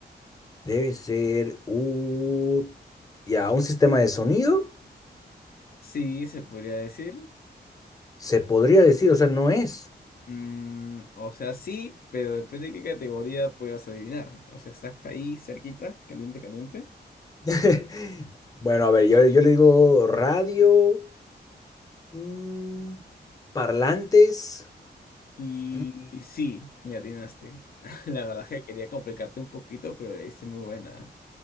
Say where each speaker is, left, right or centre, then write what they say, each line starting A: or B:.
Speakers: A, on the left (about 20°); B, on the left (about 60°).
A: Debe ser un... Ya, un sistema de sonido,
B: Sí, se podría decir.
A: se podría decir, o sea, no es.
B: Mm, o sea, sí, pero depende de qué categoría puedas adivinar. O sea, estás ahí cerquita, caliente, caliente.
A: <laughs> Bueno, a ver, yo, yo le digo radio, mm, parlantes.
B: Y
A: mm,
B: sí, le atinaste. <laughs> La verdad es que quería complicarte un poquito, pero le diste muy buena.